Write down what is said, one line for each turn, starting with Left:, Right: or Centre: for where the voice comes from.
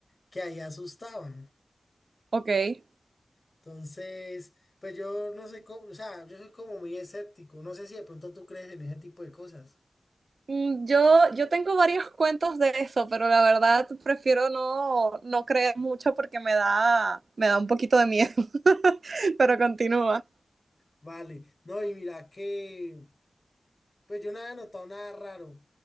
Left: que ahí asustaban.
Right: Ok.
Left: Entonces, pues yo no soy como, o sea, yo soy como muy escéptico. No sé si de pronto tú crees en ese tipo de cosas.
Right: Mm, Yo, yo tengo varios <laughs> cuentos de eso, pero la verdad prefiero no, no creer mucho porque me da, me da un poquito de miedo. <laughs> Pero continúa.
Left: Vale, no, y mira que, pues yo no había notado nada raro,